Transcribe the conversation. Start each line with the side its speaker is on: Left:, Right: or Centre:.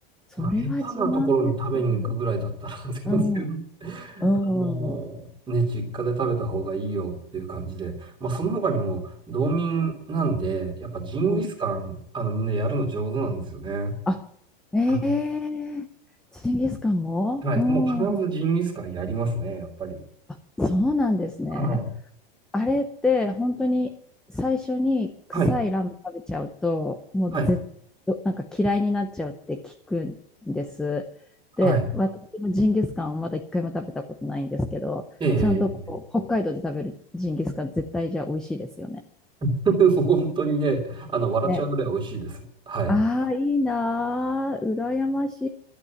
Centre: それは自慢です。
Right: まあ、下手なところに食べに行くぐらいだったら <laughs> 全然
Centre: うん、うん、
Right: あの、
Centre: うん。
Right: ね、実家で食べた方がいいよっていう感じで。まあ、その他にも、道民なんで、やっぱジンギスカン、
Centre: うん
Right: あの、みんなやるの上手なんですよね。
Centre: あ、え
Right: は
Centre: えジンギスカンもうん。
Right: はい。もう必ずジンギスカンやりますね、やっぱり。
Centre: あ、そうなんですね。
Right: はい。
Centre: あれって本当に最初に臭いラム食べちゃうともう絶
Right: はい。はい
Centre: なんか嫌いになっちゃうって聞くんです。で、
Right: はい。
Centre: 私もジンギスカンをまだ一回も食べたことないんですけど、
Right: ええ
Centre: ちゃんとこう北海道で食べるジンギスカン絶対じゃあ美味しいですよね。
Right: <laughs> 本当にね、あの、笑っちゃうぐらい美味しいです。
Centre: ね。
Right: はい。
Centre: ああ、いいなー、羨まし